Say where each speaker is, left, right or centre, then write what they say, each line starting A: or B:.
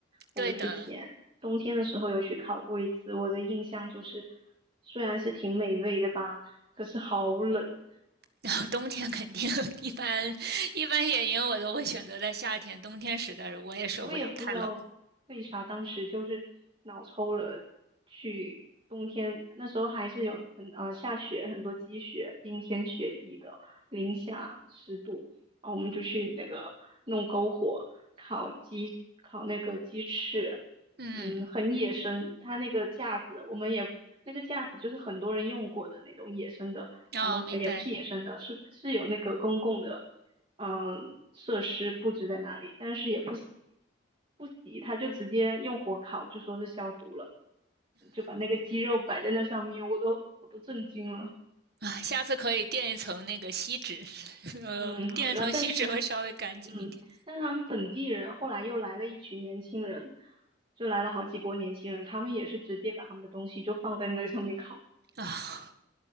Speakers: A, on the right; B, on the right.
A: 我们之前冬天的时候有去烤过一次，
B: 对的，
A: 我的印象就是，虽然是挺美味的吧，可是好冷。
B: 然后冬天肯定 <laughs> 一般，一般野营我都会选择在夏天，冬天实在是我也受不了，
A: 我也不知道为啥当时就是脑抽了去冬天，
B: 太冷。
A: 那时候还是有很呃下雪，很多积雪，冰天雪地的，零下十度，然后我们就去那个弄篝火烤鸡，烤那个鸡翅，
B: 嗯，
A: 嗯，很野生，它那个架子我们也那个架子就是很多人用过的那种野生的，
B: 哦，
A: 他们呃也不是野生的，
B: 明白
A: 是是有那个公共的。嗯、设施布置在那里，但是也不洗，不洗他就直接用火烤，就说是消毒了，就把那个鸡肉摆在那上面，我都我都震惊了。
B: 啊，下次可以垫一层那个锡纸，<laughs> 呃，
A: 嗯，
B: 垫一层锡纸会稍微干净一点。
A: 然后但是，嗯，但是他们本地人后来又来了一群年轻人，就来了好几波年轻人，他们也是直接把他们的东西就放在那上面烤，
B: 啊，